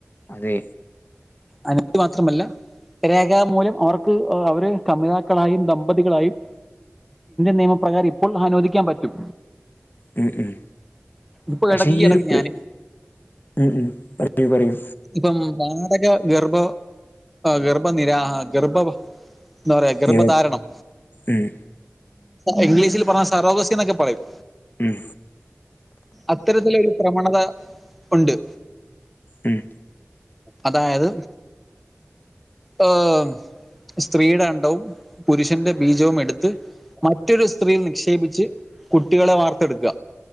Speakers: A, on the left; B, in the centre.
A: അതെ
B: അനുമതി മാത്രമല്ല രേഖാമൂലം അവർക്ക് അവര് കമിതാക്കളായും ദമ്പതികളായും നിയമപ്രകാരർ ഇപ്പോൾ അനുവദിക്കാൻ പറ്റും
A: ഉം.. ഉം..
B: ഇപ്പൊ
A: പക്ഷേ
B: ഇടയ്ക്ക് ഈ ഇടയ്ക്ക്
A: ഒരു ഹ്മ്
B: ഞാൻ
A: ഹ്മ് പറയൂ പറയൂ
B: ഇപ്പം വാടക ഗർഭ ഗർഭനിരാഹ ഗർഭ സോറി ഗർഭധാരണം
A: നിര ഉം
B: ഇംഗ്ലീഷിൽ പറഞ്ഞ സറോഗസി എന്നൊക്കെ പറയും
A: ഉം
B: അത്തരത്തിലൊരു പ്രവണത ഉണ്ട്
A: ഉം
B: അതായത് ഹ് സ്ത്രീയുടെ അണ്ടവും പുരുഷന്റെ ബീജവും എടുത്ത് മറ്റൊരു സ്ത്രീൽ നിക്ഷേപിച്ച് കുട്ടികളെ വാർത്തെടുക്കുക.